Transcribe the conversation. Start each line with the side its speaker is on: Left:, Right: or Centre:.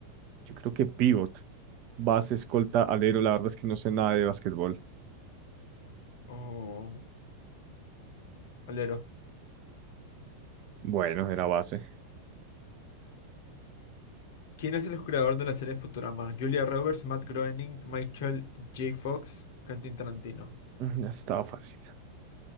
Right: Yo creo que pivot. Base, escolta, alero. La verdad es que no sé nada de básquetbol.
Left: Oh, alero.
Right: Bueno, era base.
Left: ¿Quién es el creador de la serie Futurama? Julia Roberts, Matt Groening, Michael J. Fox, Quentin Tarantino.
Right: Mm, ya Estaba fácil.